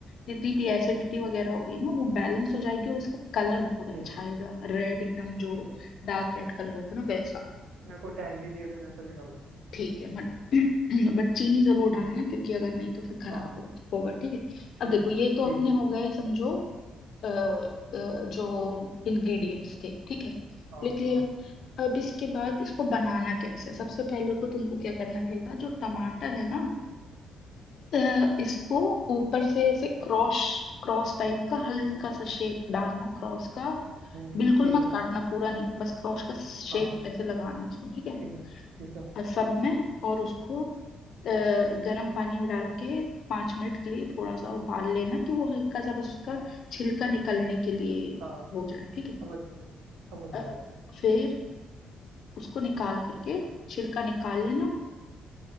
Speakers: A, on the left; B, on the right.
A: जितनी भी एसिडिटी वगैरह होगी ना वो बैलेंस हो
B: हम्म
A: जाएगी
B: हम्म,
A: और इसका कलर बहुत
B: ठीक
A: अच्छा
B: है
A: आएगा रेड एकदम
B: ठीक
A: जो
B: है
A: डार्क रेड कलर होता
B: ठीक
A: है ना वैसा
B: मेरे को टहंगी चाहिए तो मैं तो नहीं डालूंगा
A: ठीक है मत <clears throat> बट चीनी जरूर
B: हम्म,
A: डालना क्योंकि अगर नहीं तो फिर खराब
B: हाँ हाँ
A: हो, होगा ठीक है
B: ठीक
A: अब देखो
B: है
A: ये तो
B: ठीक
A: अपने
B: है
A: हो गए समझो अ, अ, जो इंग्रेडिएंट्स थे ठीक है
B: हाँ
A: लिख लिया
B: हाँ
A: अब इसके बाद इसको बनाना कैसे है सबसे पहले तो तुमको क्या करना रहेगा जो टमाटर है ना अ, इसको ऊपर से ऐसे क्रॉस क्रॉस टाइप का हल्का
B: हम्म
A: सा शेप डालना क्रॉस का
B: हम्म,
A: बिल्कुल
B: ठीक
A: मत
B: है
A: काटना पूरा नहीं बस क्रॉस का शेप
B: हाँ हाँ
A: ऐसे लगाना उसमें ठीक है
B: ठीक है ठीक है
A: और सब में और उसको अ, गरम पानी में डाल के पांच मिनट के लिए थोड़ा सा उबाल लेना कि वो हल्का सा बस उसका
B: हम्म,
A: छिलका निकलने के लिए
B: हाँ हाँ
A: हो जाए ठीक है
B: समझ गया समझ
A: अ,
B: गया
A: फिर उसको निकाल करके छिलका निकाल लेना